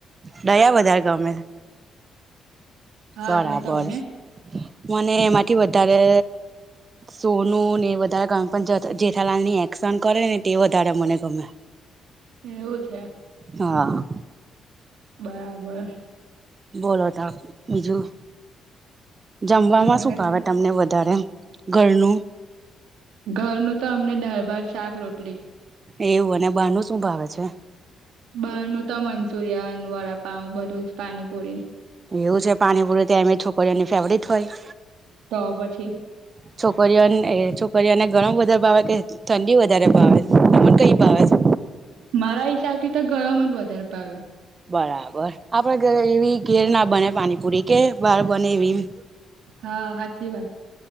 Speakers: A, on the right (about 35°); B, on the right (about 80°).
A: ડયા વધારે ગમે
B: હા
A: બરાબર.
B: ને તમને
A: મને એમાંથી વધારે શો નું ને એ વધારે ગમે પણ જેઠાલાલ ની એકશન કરે ને તે વધારે મને ગમે.
B: એવું છે.
A: હા.
B: બરાબર.
A: બોલો તો બીજું જમવામાં
B: તમે
A: શું
B: કહ્યું
A: ભાવે તમને વધારે ઘરનું
B: ઘરનું તો અમને દાળભાત શાક રોટલી
A: એવું અને બાર નુ શું ભાવે છે
B: બાર નું તો મંચુરિયન વડાપાવ બધું જ પાનીપુરી
A: એવું છે પાણીપુરું તે એમે છોકરીઓની ફેવરીટ હોય
B: તો પછી
A: છોકરીઓ છોકરીઓને ગરમ વધારે ભાવે કે ઠંડી વધારે ભાવે તન કઈ ભાવે છે
B: મારા હિસાબ થી તો ગરમ જ વધારે ભાવે
A: બરાબર આપડ ઘરે એવી ઘેર ના બને પાણીપુરી કે બહાર બને એવી
B: હા સાાચી વાત